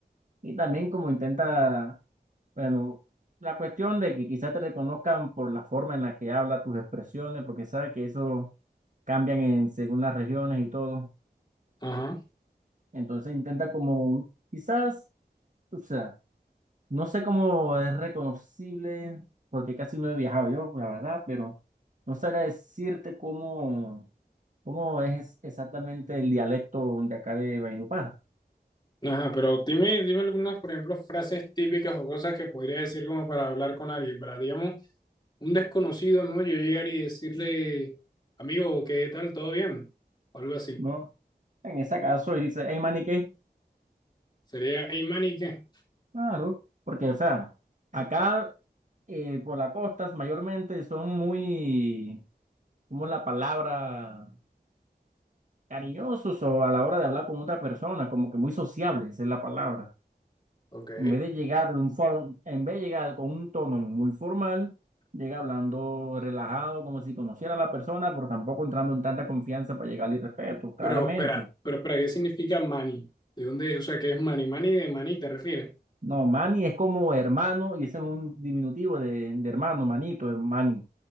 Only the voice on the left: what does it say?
Ajá.
Ajá, pero dime, dime algunas, por ejemplo, frases típicas o cosas que podría decir como para hablar con alguien. Para, digamos, un desconocido, ¿no? Yo llegar y decirle, amigo, ¿qué tal? ¿Todo bien? O algo así.
Sería, hey, man, ¿y qué?
Ok.
Pero espera, pero espera, ¿qué significa mani? ¿De dónde? O sea, ¿qué es mani? Mani de mani, ¿te refieres?